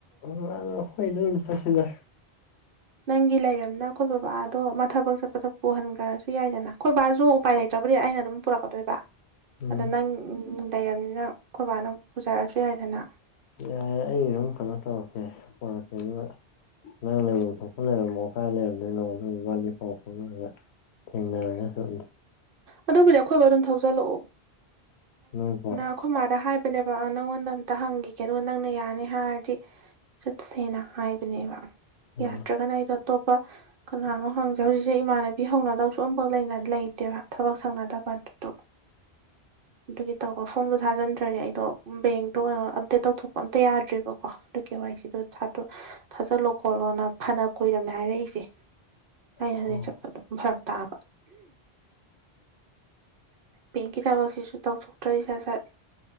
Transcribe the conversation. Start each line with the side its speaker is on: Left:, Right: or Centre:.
Left: ꯎ ꯍꯣꯏꯅ ꯐꯁꯤꯗ
Right: <unintelligible> ꯅꯪꯒꯤ ꯂꯩꯔꯕꯝꯅ ꯑꯩꯈꯣꯏ ꯕꯕꯥꯗꯣ ꯃꯥ ꯊꯕꯛ ꯆꯠꯄꯗ ꯄꯨꯍꯟꯈ꯭ꯔꯁꯨ ꯌꯥꯏꯗꯅ ꯑꯩꯈꯣꯏ ꯕꯥꯁꯨ ꯎꯄꯥꯏ ꯂꯩꯇ꯭ꯔꯕꯗꯤ ꯑꯩꯅ ꯑꯗꯨꯝ ꯄꯨꯔꯛꯀꯗꯣꯏꯕ
Left: ꯎꯝ
Right: ꯑꯗ ꯅꯪ ꯂꯩꯔꯕꯝꯅꯤꯅ ꯑꯩꯈꯣꯏꯕꯥꯅ ꯄꯨꯖꯔꯛꯁꯨ ꯌꯥꯏꯗꯅ
Left: ꯌꯥꯏꯦ ꯑꯩ ꯑꯗꯨꯝ ꯀꯩꯅꯣ ꯇꯧꯔꯛꯀꯦ ꯄꯔꯛꯀꯦ ꯑꯗꯨꯒ ꯅꯪ ꯂꯩꯐꯝ ꯊꯣꯛꯄ ꯂꯩꯔꯝꯃꯣ ꯀꯥꯏ ꯂꯩꯔꯝꯅꯤꯣꯏꯅꯣꯝ ꯄꯥꯎ ꯐꯥꯎꯅꯔꯒ ꯊꯦꯡꯅꯔꯒ ꯆ
Right: ꯑꯗꯨꯕꯨꯗꯤ ꯑꯩꯈꯣꯏꯕꯨ ꯑꯗꯨꯝ ꯊꯧꯖꯜꯂꯛꯑꯣ
Left: ꯅꯣꯏ ꯄꯥꯎ
Right: ꯑ ꯈꯨꯃꯥꯗ ꯍꯥꯏꯕꯅꯦꯕ ꯅꯪꯉꯣꯟꯗ ꯑ ꯑꯃꯝꯇ ꯍꯪꯈꯤ ꯀꯩꯅꯣ ꯅꯪꯅ ꯌꯥꯅꯤ ꯍꯥꯏꯔꯗꯤ ꯆꯠ ꯁꯦꯅꯥ ꯍꯥꯏꯕꯅꯦꯕ
Left: ꯑꯥ
Right: ꯌꯥꯔꯗ꯭ꯔꯒꯅ ꯍꯥꯏꯔ ꯑꯇꯣꯞꯄ ꯀꯅꯥꯅꯣ ꯍꯪꯁꯦ ꯍꯧꯖꯤꯛꯁꯦ ꯏꯃꯥꯟꯅꯕꯤ ꯍꯧꯅꯗꯧꯁꯨ ꯑꯃꯝꯐꯛ ꯂꯩꯅ ꯂꯩ ꯠꯇꯦꯕ ꯊꯕꯛ ꯁꯪꯅꯗꯕ ꯑꯗꯨꯗꯣ ꯑꯗꯨꯒꯤ ꯇꯧꯀꯣ ꯐꯣꯟꯗꯣ ꯊꯥꯖꯤꯟꯗ꯭ꯔꯒꯦ ꯑꯩꯗꯣ ꯕꯦꯡꯇꯣ ꯀꯩꯅꯣ ꯑꯝꯇꯦ ꯇꯧꯊꯣꯛꯄ ꯑꯝꯇ ꯌꯥꯗ꯭ꯔꯦꯕꯀꯣ ꯀ ꯑꯗꯨ ꯀꯩ ꯋꯥꯏꯁꯤꯗ ꯁꯥꯠꯇꯨ ꯊꯥꯖꯜꯂꯣ ꯈꯣꯠꯂꯣꯅ ꯐꯅ ꯀꯣꯏꯏꯔꯕꯝꯅꯦ ꯍꯥꯏꯔꯛꯏꯁꯦ ꯍ
Left: ꯑꯥ
Right: ꯍ ꯆꯠꯄ ꯑꯗꯨꯝ ꯐꯔꯛ ꯇꯥꯕ ꯕꯦꯡꯀꯤ ꯊꯕꯛꯁꯤꯁꯨ ꯇꯧꯊꯣꯛꯇ꯭ꯔꯔꯤ ꯁꯥꯠ ꯁꯠ